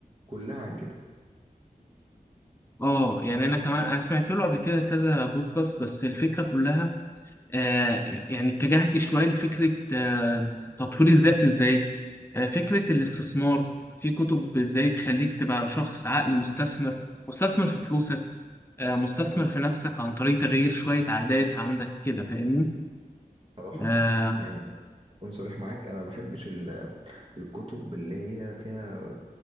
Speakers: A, on the right; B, on the left.
A: كلها عن كده
B: اه يعني انا كمان انا سمعت له قبل كده كذا بودكاست بس الفكره كلها آه يعني اتجهت شويه لفكره آه تطوير الذات ازاي آه، فكرة الاستثمار في كتب ازاي تخليك تبقى شخص عاقل مستثمر مستثمر في فلوسك آه، مستثمر في نفسك عن طريق تغيير شوية عادات عندك كده فاهمني
A: بصراحه
B: آه،
A: يعني اكون صريح معاك انا ما بحبش ال- الكتب اللي هي فيها